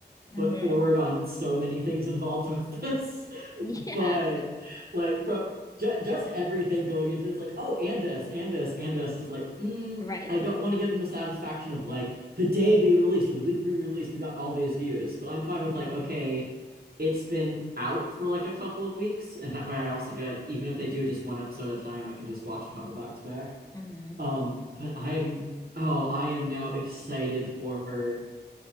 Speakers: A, on the left; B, on the right.
A: hmm
B: foot forward on so many things involved with this.
A: <laughs> Yeah.
B: But like from ju just everything going into this, like, oh, and this, and this, and this is like, mm,
A: Right?
B: I don't want to give them the satisfaction of like the day we released or the week we released, we got all these views. But I'm fine with
A: hmm
B: like, okay, it's been out for like a couple of weeks, and that way I also get, even if they do just one episode at a time, I can just watch a couple back to back.
A: hmm
B: Um, but I'm, oh, I am now excited for